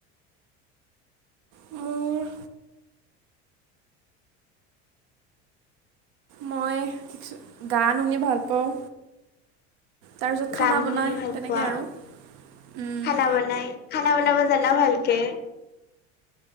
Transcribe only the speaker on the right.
মোৰ মই গান শুনি ভাল পাওঁ। তাৰপিছত খানা
বনাই
তেনেকে
আৰু, উম।